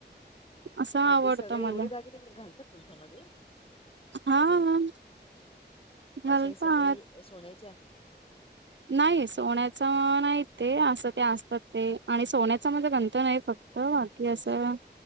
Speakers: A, on the right (about 85°); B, on the left (about 30°).
A: असं आवडतं
B: मग ते सगळे
A: मला
B: एवढे दागिने मी घालतात तुमच्यामध्ये?
A: हा. घालतात
B: अशे हे सगळे सोन्याचे आहे.
A: नाही सोन्याच नाही ते असं ते असतात ते आणि सोन्याच माझ गंठण आहे फक्त त बाकी असं
B: अच्छा